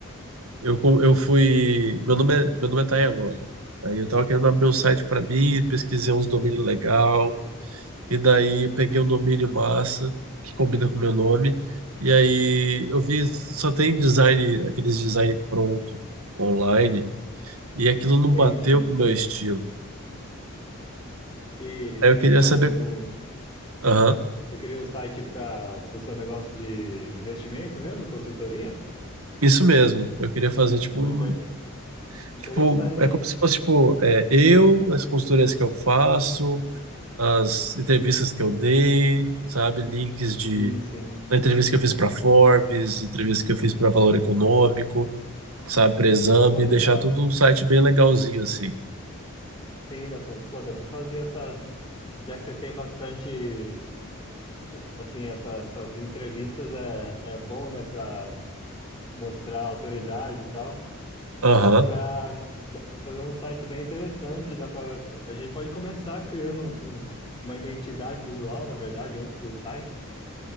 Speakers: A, on the right (about 85°); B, on the left (about 20°).
A: Eu, co- eu fui. Meu nome é, meu nome é Taiwan, né? Aí eu tava querendo abrir um site pra mim, pesquisei uns domínios legal. E daí
B: Sim,
A: peguei um domínio massa, que combina com o meu nome. E aí eu vi, só tem design, aqueles design pronto online. E aquilo
B: template,
A: não bateu
B: né?
A: com
B: Sim.
A: o meu estilo.
B: E, e
A: Aí
B: você
A: eu
B: queria
A: queria saber.
B: um, um-
A: Aham.
B: você queria um site para o seu negócio de investimento mesmo, consultoria?
A: Isso mesmo. Eu queria fazer tipo
B: Pô,
A: um,
B: inter- interessante,
A: tipo, é
B: hein?
A: como se fosse tipo, é, eu, as consultorias que eu faço, as entrevistas que eu dei, sabe, links de
B: Sim, sim.
A: da entrevista que eu fiz para Forbes, entrevista que eu fiz para Valor Econômico, sabe, para Exame,
B: Pô, legal.
A: deixar tudo um site bem legalzinho assim.
B: Sim, dá pra, pô, dá pra fazer essa. Já que você tem bastante, assim, essa- essas entrevistas é, é bom, né, para mostrar autoridade e tal.
A: Aham.
B: Dá para dá para fazer um site bem interessante, dá para a gente pode começar criando um, um- uma identidade visual, na verdade, antes do site,